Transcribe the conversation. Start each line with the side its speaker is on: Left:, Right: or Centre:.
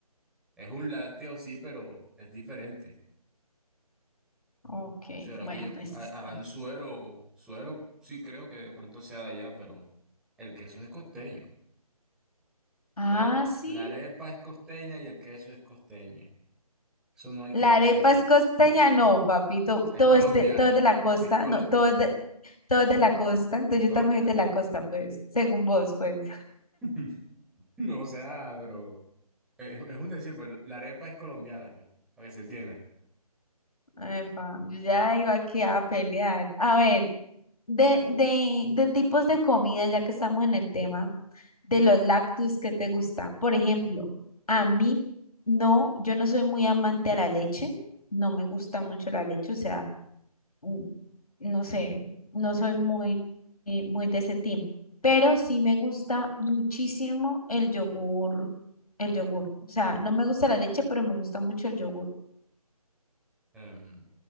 Centre: Es un lácteo, sí, pero es diferente.
Left: Ok,
Centre: ¿Será
Left: bueno,
Centre: que ellos
Left: pues
Centre: ha-
Left: está.
Centre: harán suero? Suero sí creo que de pronto sea de allá, pero el queso es costeño.
Left: Ah,
Centre: La, are-
Left: sí.
Centre: la arepa es costeña y el queso es costeño. Eso no hay
Left: La
Centre: que pelearlo.
Left: arepa es costeña, no, papito.
Centre: Es
Left: Todo
Centre: colombiana,
Left: es de, todo es de la costa,
Centre: es colombiana.
Left: no, todo es de, todo es de la costa. Entonces
Centre: Colo-
Left: yo también soy de la costa, pues, según vos, pues.
Centre: <laughs> no, o sea, pero es, es un decir, pues la arepa es colombiana, pues, para que se entienda.
Left: Epa. Yo ya iba aquí a pelear. A ver, de, de, de tipos de comida, ya que estamos en el tema, de los lácteos que te gusta. Por ejemplo, a mí no, yo no soy muy amante a la leche, no me gusta mucho la leche, o sea, mm, no sé, no soy muy, eh, muy de ese team, pero sí me gusta muchísimo el yogur, el yogur. O sea, no me gusta la leche, pero me gusta mucho el yogur.
Centre: Em,